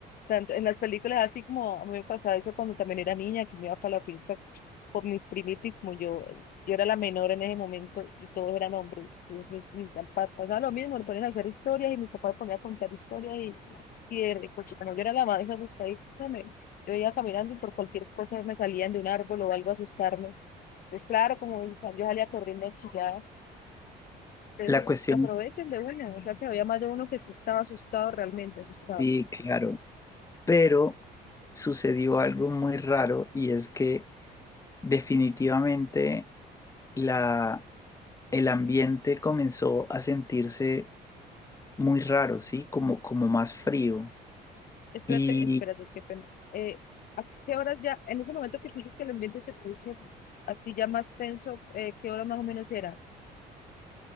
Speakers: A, on the left; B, on the left.
A: Tanto en las películas, así como a mí me pasaba eso cuando también era niña, que me iba para la finca con mis primitos, y como yo, yo era la menor en ese momento y todos eran hombres. Entonces, mis papás pasaba lo mismo, me ponían a hacer historias y mi papá me ponía a contar historias y, y de rico. Como yo era la más asustadita, me, yo iba caminando y por cualquier cosa me salían de un árbol o algo a asustarme. Entonces, claro, como o sea, yo salía corriendo a chillar. Entonces,
B: La cuestión,
A: se aprovechan de una, o sea que había más de uno que se estaba asustado, realmente asustado.
B: sí, claro, pero sucedió algo muy raro y es que definitivamente la, el ambiente comenzó a sentirse muy raro, ¿sí? Como, como más frío.
A: Espérate,
B: Y
A: espérate, es que pena. Eh, ¿a qué horas ya, en ese momento que tú dices que el ambiente se puso así ya más tenso, eh, qué hora más o menos era?